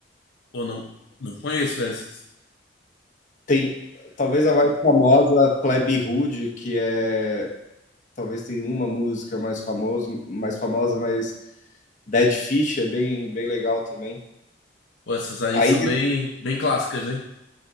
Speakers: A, on the left; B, on the left.
A: Ou não não conheço essas.
B: Tem, talvez a mais famosa, Plebe Rude, que é talvez tenha uma música mais famoso, mais famosa, mas Dead Fish é bem, bem legal também.
A: Pô, essas aí
B: Aí,
A: são
B: de-
A: bem bem clássicas, né?